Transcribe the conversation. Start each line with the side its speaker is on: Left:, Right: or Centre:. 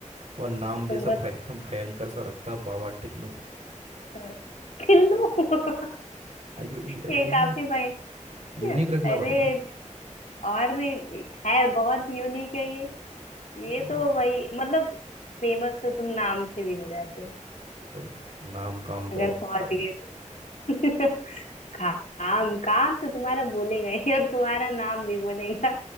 Right: और नाम भी
Left: तुम
Right: ऐसा
Left: बस
Right: भय भयंकर सा रखता बाबा टिल्लू
Left: <laughs> पिल्लू <laughs>
Right: यू,
Left: ये
Right: यूनिक
Left: काफी भाई
Right: यूनिक रखना
Left: अरे
Right: पड़ेगा ना
Left: और नहीं है बहुत यूनिक है ये ये
Right: और
Left: तो भाई मतलब फेमस तो तुम नाम से भी हो जाते
Right: वही नाम काम दोनों
Left: अगर पहुंच
Right: बराबर
Left: गए तो <laughs> काम काम तो तुम्हारा बोलेगा ही और तुम्हारा नाम भी बोलेगा